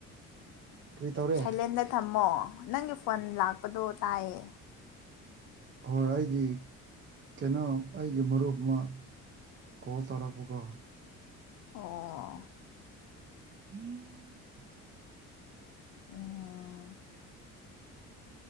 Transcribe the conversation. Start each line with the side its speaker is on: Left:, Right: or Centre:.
Right: ꯀꯔꯤ ꯇꯧꯔꯦ
Left: ꯁꯥꯏꯂꯦꯟꯗ ꯊꯝꯃꯣ ꯅꯪꯒꯤ ꯐꯣꯟ ꯂꯥꯛꯄꯗꯣ ꯇꯥꯏꯌꯦ
Right: ꯍꯣꯏ ꯑꯩꯒꯤ ꯀꯩꯅꯣ ꯑꯩꯒꯤ ꯃꯔꯨꯞ ꯑꯃ ꯀꯣꯜ ꯇꯧꯔꯛꯄ ꯀꯣ
Left: ꯑꯣ
Right: <inaudible>
Left: <inaudible>